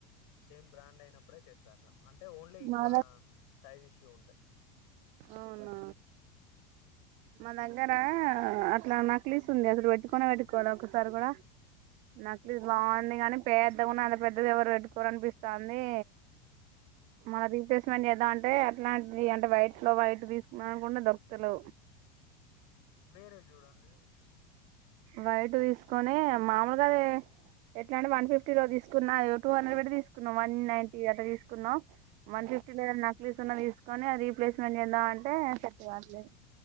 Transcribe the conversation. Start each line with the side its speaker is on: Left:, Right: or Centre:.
Left: సేమ్ బ్రాండ్ అయినప్పుడే చేస్తారులా అంటే ఓన్లీ
Right: మా
Left: సైజ్ ఇష్యూ ఉంటాయి
Right: అవునా మా దగ్గరా అట్లా నకిలీస్ ఉంది అసలు పెట్టుకుని పెట్టుకోవాలి ఒకసారి కూడా నక్లీ బ అంది గాని పేద్ద కూడాండా అంత పెద్దది కూడ ఎవరు పెట్టుకోరు అనిపిస్తుంది మాదితే ఎదా అంటే ఎట్లాంటిది అంటే వైట్ ట్ లో బయట తీసుకున్నా అనుకుంే దొక్కలు
Left: వేరే చూడండి
Right: వైట్ తీసుకుొని మాముూలుగా ఎట్లా అంటే వన్ ఫిఫ్టీలో తీసుకున్నా టూ హండ్రెడ్ పెట్టి తీసుకున్నాం వన్ నైటీ అట్లా తీసుకున్నాం వన్
Left: మ్మ్
Right: ఫిఫ్టీ నక్ న్న తీసుకొని అది రీప్లేస్మెంట్ చేద్దాం అంటే సెట్ కావట్లేదు